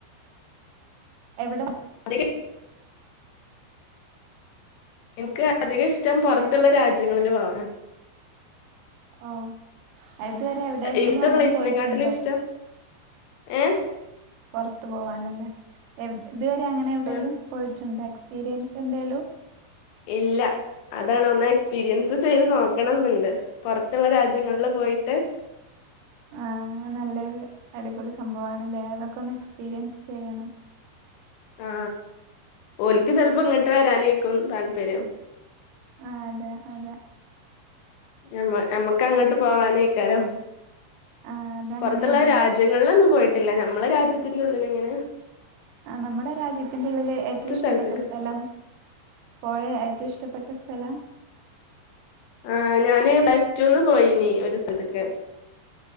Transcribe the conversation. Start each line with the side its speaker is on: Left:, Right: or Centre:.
Right: എവിടെ
Left: അധികം എനിക്ക് അധികം ഇഷ് ഷ്ട്ടം പുറത്തുള്ള
Right: ഏഹ്
Left: രാജ്യം രാജ്യങ്ങളിൽ പോകാനാ
Right: ഓ ഇതുവരെ എവിടെങ്കിലും
Left: ഇവിടുത്തെ
Right: അങ്ങനെ
Left: പ്ലേസിനെക്കാട്ടിലും
Right: പോയിട്ടുണ്ടോ
Left: ഇഷ്ടം ഏ
Right: പുറത്തു പോവാൻ അല്ലെ എവി ഇതുവരെ അങ്ങനെ എവിടേലും
Left: ആ
Right: പോയിട്ടുണ്ടോ എക്സ്പീരിയൻസ് എന്തേലും
Left: ഇല്ല അതാണ് ഒന്ന് എക്സ്പീരിയൻസ് ചെയ്ത് നോക്കണം എന്ന് ഇണ്ട് പുറത്തുള്ള രാജ്യങ്ങളിൽ പോയിട്ട്
Right: ആ നല്ലൊരു അടിപൊളി സംഭവം ആണ്ല്ലേ അതൊക്കെ ഒന്ന് എക്സിപീരിയൻസ് ചെയ്യണം
Left: ആ ഓൽക്ക് ചെലപ്പോ ഇങ്ങട്ട് വരാന് ആയിരിക്കും താല്പര്യം
Right: ആ അതെ അതെ
Left: ഞമ്മ ഞമ്മക്ക് അങ്ങട്ട് പോവാനാ <unintelligible>
Right: ആഹ് അതങ്ങനെയാണല്ലോ
Left: പൊറത്തുള്ള രാജ്യങ്ങളിൽ ഒന്നും പോയി ഇല്ല ഞമ്മളെ രാജ്യത്തിന്റെ ഉള്ളില് ഇങ്ങനെ
Right: ആ നമ്മടെ രാജ്യത്തിന്റെ ഉള്ളില് ഏറ്റവും ഇഷ്ട്ടാപ്പെട്ട
Left: സ്ഥലത്ത്ക്ക്
Right: സ്ഥലം പോ ഏറ്റോം ഇഷ്ട്ടാ പെട്ട സ്ഥലം
Left: ആ ഞാന് പ്ലസ്റ്റൂന്ന് പോയിനി ഒരു സ്ഥലത്തക്ക്